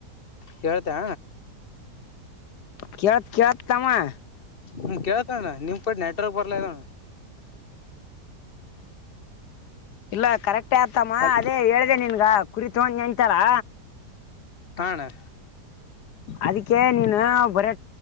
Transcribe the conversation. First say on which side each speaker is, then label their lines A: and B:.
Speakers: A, on the left (about 35°); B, on the left (about 75°).
A: ಹೇಳ್ತೇ
B: ಕೇಳ್ತ ಕೇಳ್ತ ತಮ್ಮಾ.
A: ಹ್ಮ್ ಕೇಳ್ತಣ್ಣ ನಿಮ್ ಕಡೆ ನೆಟ್ವರ್ಕ್ ಬರ್ಲಾಗೆದಿ ಅಣ್ಣ.
B: ಇಲ್ಲಾ ಕರೆಕ್ಟೇ ಆತಮ್ಮ
A: ಅ
B: ಅದೇ ಹೇಳ್ದೆ ನಿನಗ ಕುರಿ ತಗೊಂಡಿಅಂತಲ್ಲಾ
A: ಹಾ ಅಣ್ಣ.
B: ಅದಕ್ಕೆ ನೀನು ಬರೆ